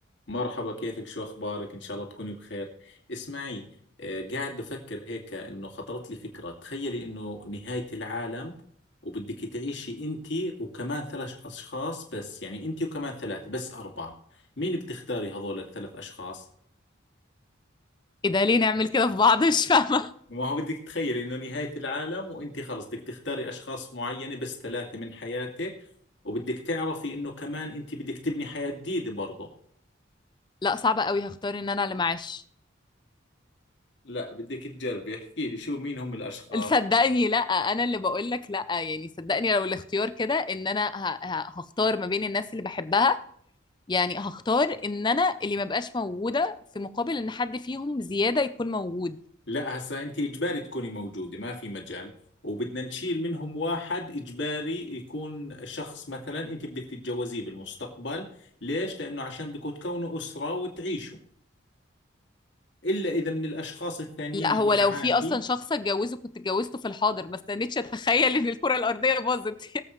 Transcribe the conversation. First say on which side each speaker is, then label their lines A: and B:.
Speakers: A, on the left; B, on the left.
A: مرحبا كيفك شو أخبارك إن شاء الله تكوني بخير اسمعي آه، قاعد بفكر هيك إنه خطرت لي فكرة تخيلي إنه نهاية العالم وبدك تعيشي أنت وكمان ثلاث أشخاص بس يعني أنت وكمان ثلاثة بس أربعة مين بتختاري هذول الثلاث أشخاص؟
B: ايه ده ليه نعمل كده في بعض <laughs> مش فاهمة
A: ما هو بدك تخيلي إنه نهاية العالم وأنت خلص بدك تختاري أشخاص معينة بس ثلاثة من حياتك وبدك تعرفي إنه كمان أنت بدك تبني حياة جديدة برضه
B: لا صعبة قوي هختار ان انا اللي معاش
A: لا بدك تجربي احكي لي شو مين هم الأشخاص
B: صدقني لا انا اللي بقول لك لا يعني صدقني لو الاختيار كده ان انا ه- ه- هختار ما بين الناس اللي بحبها يعني هختار ان انا اللي ما بقاش موجودة في مقابل ان حد فيهم زيادة يكون موجود
A: لا هسا انت اجباري تكوني موجوده ما في مجال وبدنا نشيل منهم واحد اجباري يكون شخص مثلا انت بدك تتجوزيه بالمستقبل ليش لانه عشان بدكم تكونوا اسره وتعيشوا الا اذا من الاشخاص الثانيين
B: لا
A: اللي
B: هو
A: معاكي
B: لو في اصلا شخص اتجوزه كنت اتجوزته في الحاضر ما استنيتش اتخيل ان الكرة الارضية باظت <laughs>